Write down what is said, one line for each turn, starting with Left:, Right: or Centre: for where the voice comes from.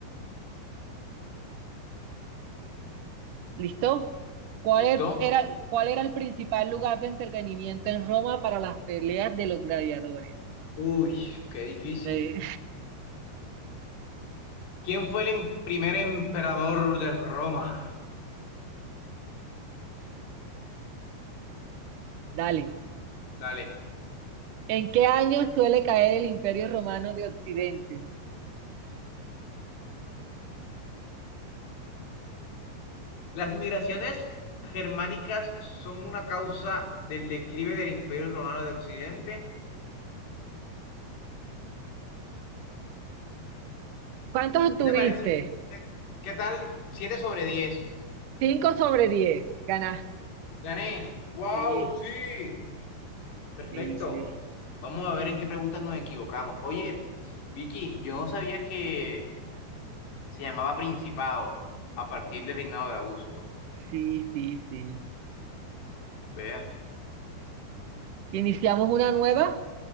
Right: ¿Listo? ¿Cuál
Left: ¿Listo?
Right: e- era, cuál era el principal lugar de entretenimiento en Roma para las peleas de los gladiadores?
Left: Uy, qué difícil.
Right: Eh,
Left: ¿Quién fue el em- primer emperador de Roma?
Right: <laughs> Dale.
Left: Dale.
Right: ¿En qué año suele caer el Imperio Romano de Occidente?
Left: Las migraciones germánicas son una causa del declive del Imperio Romano de Occidente.
Right: ¿Cuántos obtuviste?
Left: ¿Qué te pareció? ¿Qué qué tal? siete sobre diez?
Right: Cinco sobre diez. Ganaste.
Left: Gané. ¡Wow!
Right: Sí,
Left: Sí. Perfecto.
Right: sí, sí.
Left: Vamos a ver en qué preguntas nos equivocamos. Oye, Vicky, yo no sabía que se llamaba Principado a partir del reinado de Augusto.
Right: Sí, sí, sí.
Left: Vea.
Right: ¿Iniciamos una nueva?